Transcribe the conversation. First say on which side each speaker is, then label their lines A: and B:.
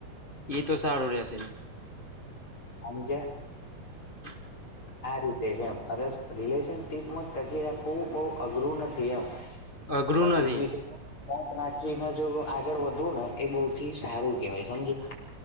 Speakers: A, on the left; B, on the left.
A: ઈ તો સારું રેશે.
B: અન જે
A: <unintelligible>
B: આ રીતે છે એમ અવે રિલેશનશીપમાં ટકી રાખવું બઉ અઘરું નથી એમ
A: અઘરું
B: પણ
A: નથી
B: એક વિશે પાચ રાખીને જો આગળ વધવું ને એ બૌુ થી સારું કેવાય સમજ્યા